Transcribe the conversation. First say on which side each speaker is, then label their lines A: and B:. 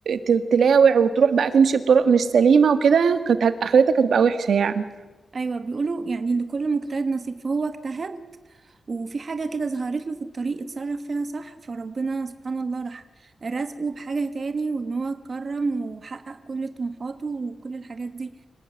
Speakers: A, on the right; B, on the right.
A: ت- تلاوع وتروح بقى تمشي بطرق مش سليمة وكده كانت هت- اخرتك هتبقى وحشة يعني
B: ايوه بيقولوا يعني لكل مجتهد نصيب فهو اجتهد وفي حاجة كده ظهرت له في الطريق اتصرف فيها صح فربنا سبحان الله راح رزقه بحاجة تاني وان هو اتكرم وحقق كل طموحاته وكل الحاجات دي